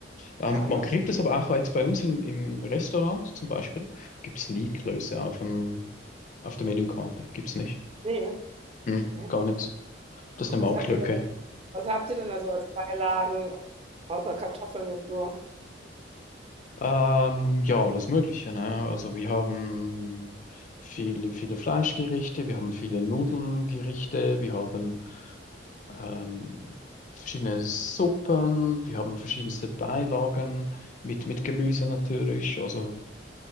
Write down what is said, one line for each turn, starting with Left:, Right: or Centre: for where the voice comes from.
Left: Ähm,
Right: ja, ne?
Left: man kriegt das aber auch jetzt bei uns im, im Restaurant zum Beispiel, gibt es nie Klöße auf dem, auf der Menükarte. Gibt es nicht.
Right: Nee.
Left: Hm,
Right: Okay.
Left: gar nichts. Das ist eine
Right: Was
Left: Marktlücke.
Right: habt ihr denn da, was habt ihr denn da so als Beilagen außer Kartoffeln jetzt so?
Left: Ähm, ja, alles Mögliche, ne? Also wir haben viele, viele Fleischgerichte, wir haben viele Nudelngerichte, wir haben ähm, verschiedene Suppen. Wir haben verschiedenste Beilagen mit, mit Gemüse natürlich. Also